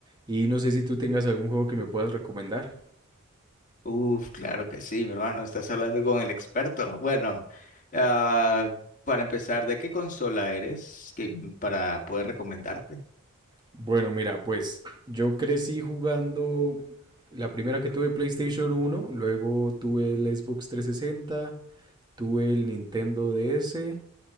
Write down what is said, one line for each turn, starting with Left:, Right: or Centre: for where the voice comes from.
Right: Y no sé si tú tengas algún juego que me puedas recomendar.
Left: Uf, claro que sí, mi hermano, estás hablando con el experto. Bueno, ah, para empezar, ¿de qué consola eres que- para poder recomendarte?
Right: Bueno, mira, pues yo crecí jugando la primera que tuve PlayStation uno, luego tuve el Xbox 360, tuve el Nintendo DS,